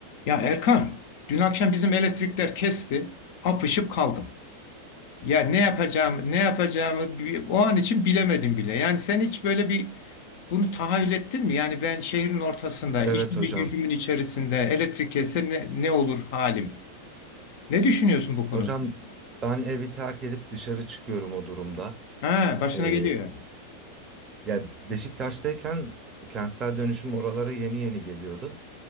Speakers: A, on the left (about 45°); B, on the right (about 25°).
A: Ya Erkan, dün akşam bizim elektrikler kesti, apışıp kaldım. Ya ne yapacağım, ne yapacağımı bi- o an için bilemedim bile. Yani sen hiç böyle bir bunu tahayyül ettin mi? Yani ben şehrin ortasında, işimi
B: Evet hocam.
A: gücümün içerisinde elektrik kesse ne, ne olur halim? Ne düşünüyorsun bu konuda?
B: Hocam ben evi terk edip dışarı çıkıyorum o durumda.
A: Ha, başına
B: Ee,
A: geliyor yani.
B: ya Beşiktaş'tayken kentsel dönüşüm oralara yeni yeni geliyordu.